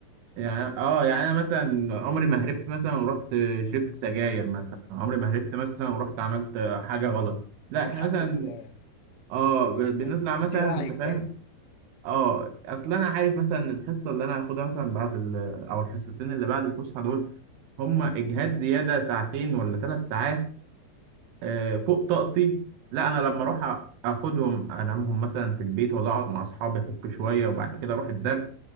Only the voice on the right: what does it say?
يعني اه يعني انا مثلا عمري ما هربت مثلا ورحت شربت سجاير مثلا عمري ما هربت مثلا ورحت عملت حاجه غلط لا
احنا
مثلا
اه
ب- بنطلع
مثلا
انت
فاهم اه اصل انا عارف مثلا إن الحصه اللي انا هاخدها مثلا بعد ال... او الحصتين اللي بعد الفسحه دول هم اجهاد زياده ساعتين ولا ثلاث ساعات آه، فوق طاقتي لا انا لما اروح أ- اخدهم انامهم مثلا في البيت ولا اقعد مع اصحابي افك شويه وبعد كده اروح الدرس